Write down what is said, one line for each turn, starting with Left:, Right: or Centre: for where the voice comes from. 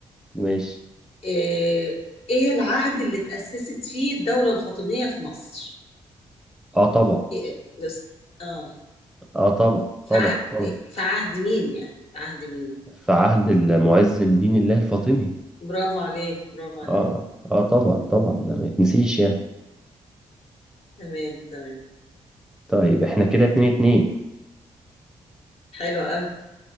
Centre: ماشي
Left: آه ايه العهد اللي تأسست فيه الدولة الفاطمية في مصر
Centre: اه طبعا
Left: إيه لس- اه
Centre: اه طبعا
Left: في
Centre: طبعا
Left: ع-
Centre: طبعا
Left: في عهد مين يعني في عهد مين
Centre: في عهد المعز لدين الله الفاطمي
Left: برافو عليك برافو عليك
Centre: اه اه طبعا طبعا ده ما يتنسيش يعني
Left: تمام تمام
Centre: طيب احنا كده اتنين اتنين
Left: حلو قوي